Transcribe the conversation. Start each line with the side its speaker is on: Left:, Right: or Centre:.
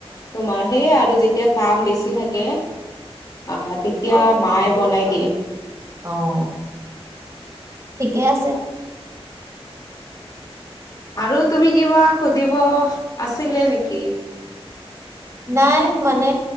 Left: তোমাৰ সেই আৰু যেতিয়া কাম বেছি থাকে, আহ, ' তেতিয়া মায় বনাই দিয়ে।
Right: অহ', ঠিকে আছে।
Left: আৰু তুমি, কিবা সুধিব আছিলে নেকি?
Right: নাই মানে